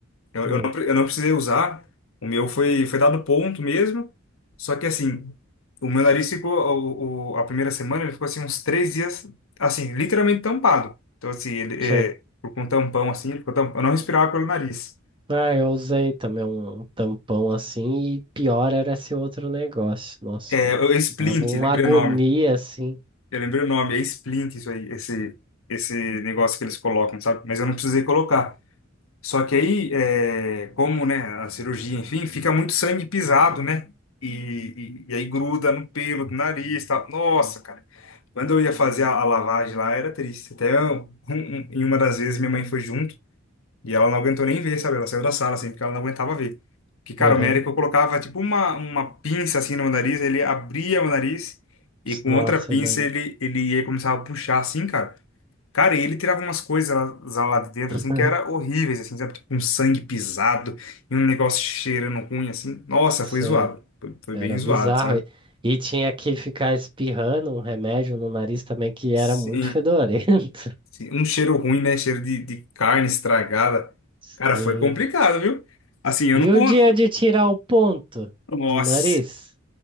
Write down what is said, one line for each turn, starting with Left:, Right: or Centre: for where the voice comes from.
Left: Eu,
Right: Hum,
Left: eu não, pre- eu não precisei usar. O meu foi, foi dado ponto mesmo. Só que, assim, o meu nariz ficou, o, o- a primeira semana, ele ficou, assim, uns três dias, assim, literalmente tampado. Então, assim, ele,
Right: sim.
Left: é, com um tampão, assim, ele ficou tampão. Eu não respirava pelo nariz.
Right: É, eu usei também um, um tampão assim, e pior era esse outro negócio. Nossa,
Left: É,
Right: eu-
Left: o- é splint,
Right: dava uma
Left: lembrei
Right: agonia
Left: o nome.
Right: assim.
Left: Eu lembrei o nome, é Splint isso aí, esse, esse negócio que eles colocam, sabe? Mas eu não precisei colocar. Só que aí, é, como, né, a cirurgia, enfim, fica muito sangue pisado, né? E, e, e aí gruda no pelo do nariz, tá? Nossa, cara. Quando eu ia fazer a, a lavagem lá, era triste. Até eu- um- um- em uma das vezes minha mãe foi junto. E ela não aguentou nem ver, sabe? Ela saiu da sala, assim, porque ela não aguentava ver. Porque, cara,
Right: Aham.
Left: o médico colocava, tipo, uma, uma pinça, assim, no nariz, ele abria o nariz e com
Right: Nossa,
Left: outra pinça
Right: eu lembro.
Left: ele, ele ia começar a puxar, assim, cara. Cara, e ele tirava umas coisas lá, lá de dentro,
Right: <laughs>
Left: assim, que era horríveis, assim, sabe? Tipo, um sangue pisado e um negócio cheirando ruim, assim. Nossa,
Right: Sim,
Left: foi zoado. Foi, foi
Right: era
Left: bem zoado,
Right: bizarro.
Left: sabe?
Right: E, e tinha que ficar espirrando um remédio no nariz também que
Left: Sim,
Right: era muito fedorento.
Left: sim. Um cheiro ruim, né? Cheiro de, de carne estragada.
Right: <laughs>
Left: Cara,
Right: Sim.
Left: foi complicado,
Right: vé.
Left: viu? Assim, eu
Right: E
Left: não
Right: o
Left: conto.
Right: dia de tirar o ponto
Left: Nossa.
Right: do nariz?